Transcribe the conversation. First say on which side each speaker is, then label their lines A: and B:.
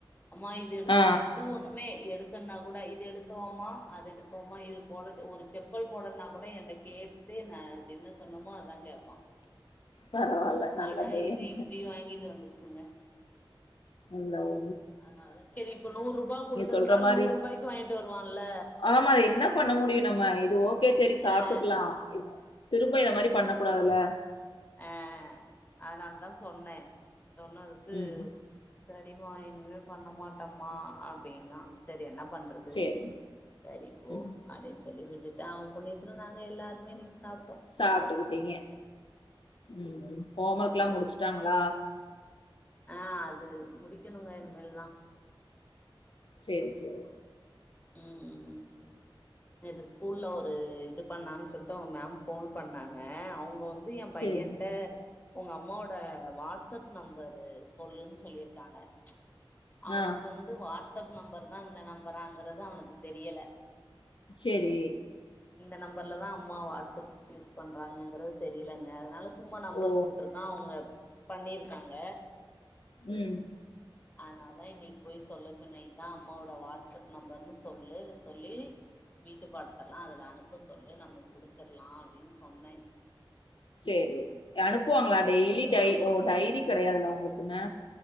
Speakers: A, on the left; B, on the left.
A: அம்மா இது எடு
B: ஆ.
A: கு எது ஒண்ணுமே எடு எடுக்குன்னா கூட இது எடுக்கவாமா அது எடுக்கவாமா இது போட ஒரு செப்பல் போடனா கூட என்ட்ட கேட்டுட்டு நா என்ன சொன்னோமோ அதா கேப்பா
B: பரவால்ல. நல்ல
A: ஆனா
B: பையன்.
A: இது இப்டி வாங்கிட்டு வந்துச்சு ங்க
B: இல்ல ஓ
A: அதனால தா செரி இப்ப நூற் ரூபா குடுதுருந்தாலு
B: சொல்ற மாரி
A: நூற் ரூபாய்க்கு வாய்ன்ட்டு வருவான்ல
B: ஆமா அது என்ன பண்ண முடியு நம்ம இது ஓ சேரி சாப்ட்டுக்லா
A: ஆ
B: இ திரும்ப இத மாரி பண்ண கூடாதுல்ல
A: அ அதனாலதா சொன்ன சொன்னதுக்கு
B: ம்.
A: சரிமா இனிமே பண்ணமாட்டமா அப்டிங்கா சரி என்ன பண்றது
B: சரி.
A: சரி போ
B: ம்.
A: அப்டின் சொ சொல்லி விட்டுட்டா அவ புண்ணியத்துல நாங்க எல்லாருமே இன்னிக்கு சாப்ட்டு
B: சாப்ட்டுக்கிட்டீங்க ம் ஹோம்
A: ம்
B: ஒர்க்லா முடிச்சுட்டாங்களா
A: ஆ அது முடிக்கணுங்க இனிமேல்தா
B: சேரி சேரி
A: ம் நேத்து ஸ்கூல்ல ஒரு இது பண்ணான் சொல்ட்டு அவங் மேம் ஃபோன் பண்ணாங்க அவங்க வந் து எ பையன்ட்ட
B: சரி.
A: உங்க அம்மாவோட வாட்ஸ்அப் நம்பரு சொல்லுன் சொல்லிருக்காங்க ச் அவனுக்கு
B: ஆ.
A: வந்து வா ட்ஸ்அப் நம்பர்தா இந்த நம்பராங்கறது தா அவனுக்கு தெரியல
B: செரி
A: இந்த நம்பர்லதா அம்மா வாட்ஸ்அப் யூஸ் பண்றாங்ககரது தெரிலயங்க அதுனால சும்மா நம்பர்
B: ஓ!
A: குடுத்திருக்கா அவ்ங்க பண்ணிர்க்காங்க
B: ம்
A: அதுனாலதா இன்னிக்கு போய் சொல்ல சொன்ன இத்தா அம்மாவோட வாட்ஸ்அப் நம்பர்ன்னு சொல்லு சொல்லி வீட்டு பாடத்தல்லா அதுல அனுப்ப சொல்லு நம்ம முடிச்சர்லா அப்டின்னு சொன்ன
B: செரி அனுப்வாங்களா டெய்லி
A: போயிருக்கா
B: டை ஓ டைரி கெடையாதுல்ல ஒங்களுக்குனு